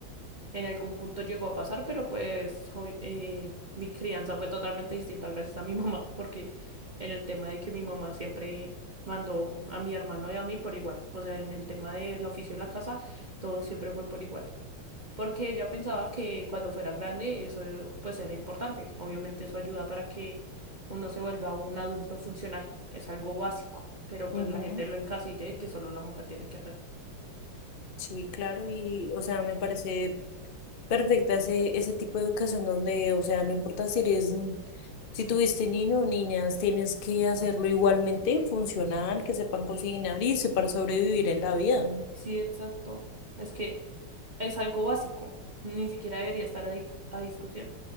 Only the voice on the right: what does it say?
En algún punto llegó a pasar, pero pues hoy, eh, mi crianza fue totalmente distinta gracias a mi <laughs> mamá, porque en el tema de que mi mamá siempre mandó a mi hermano y a mí por igual, o sea, en el tema del oficio de la casa, todo siempre fue por igual, porque ella pensaba que cuando fuera grande eso pues era importante, obviamente eso ayuda para que uno se vuelva un adulto funcional, es algo básico, pero
pues la gente lo encasilla en que solo la mujer tiene que hacer
Sí, exacto. Es que es algo básico. Ni siquiera debería estar a, di- a discusión.